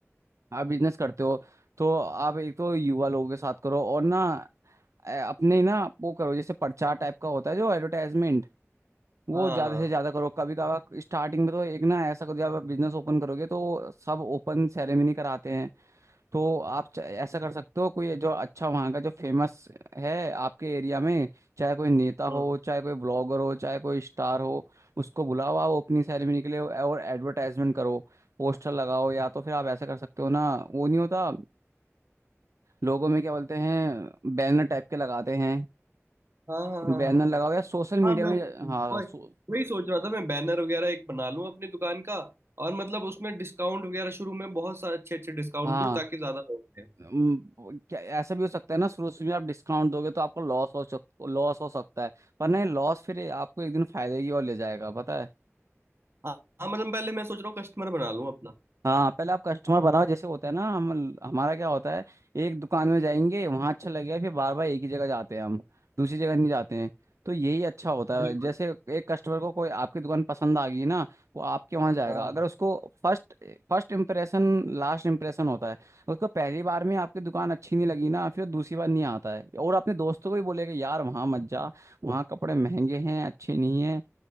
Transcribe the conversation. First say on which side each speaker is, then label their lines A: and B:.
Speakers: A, on the right; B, on the right.
A: आप बिजनेस करते हो तो आप एक तो युवा लोगों के साथ करो और ना अ, अपने ना वो करो जैसे पर्चा टाइप का होता है जो एडवर्टाइजमेंट वो
B: हाँ
A: ज्यादा से ज्यादा करो कभी कभार स्टार्टिंग में तो एक ना ऐसा करो जब आप बिजनेस ओपन करोगे तो सब ओपन सेरेमनी कराते हैं तो आप च- ऐसा कर सकते हो कोई जो अच्छा वहाँ का जो फेमस है आपके एरिया में चाहे कोई नेता
B: हम्म
A: हो चाहे कोई ब्लॉगर हो चाहे कोई स्टार हो उसको बुलाओ आप ओपनिंग सेरेमनी के लिए और एडवर्टाइजमेंट करो पोस्टर लगाओ या तो फिर आप ऐसा कर सकते हो ना वो नहीं होता लोगों में क्या बोलते हैं बैनर टाइप के लगाते हैं
B: हाँ हाँ हाँ
A: बैनर
B: हाँ
A: लगाओ
B: हाँ
A: या सोशल मीडिया
B: हाँ मैं
A: में हाँ
B: वही
A: सो,
B: वही सोच रहा था मैं बैनर वगैरह एक बना लूं अपनी दुकान का और मतलब उसमें डिस्काउंट वगैरह शुरू में बहुत सारे अच्छे अच्छे डिस्काउंट
A: हाँ
B: दूं ताकि ज्यादा लोग आएं।
A: अम, क्या ऐसा भी हो सकता है ना शुरू शुरू में आप डिस्काउंट दोगे तो आपको लॉस हो सक लॉस हो सकता है पर नहीं लॉस फिर आपको एक दिन फायदे की ओर ले जाएगा पता है
B: हाँ हाँ मतलब पहले मैं सोच रहा हूँ कस्टमर बना लूं अपना
A: हाँ पहले आप कस्टमर बनाओ जैसे होता है ना हम हमारा क्या होता है एक दुकान में जाएंगे वहाँ अच्छा लगेगा फिर बार बार एक ही जगह जाते हैं हम दूसरी जगह नहीं जाते हैं तो यही अच्छा होता
B: बिल्कुल
A: है जैसे एक कस्टमर को कोई आपकी दुकान पसंद आ गई ना वो आपके वहाँ जाएगा
B: हाँ
A: अगर उसको first first impression last impression होता है उसको पहली बार में आपकी दुकान अच्छी नहीं लगी ना फिर दूसरी बार नहीं आता है और अपने दोस्तों को भी बोलेगा यार वहाँ मत जा वहाँ कपड़े महंगे हैं अच्छे नहीं हैं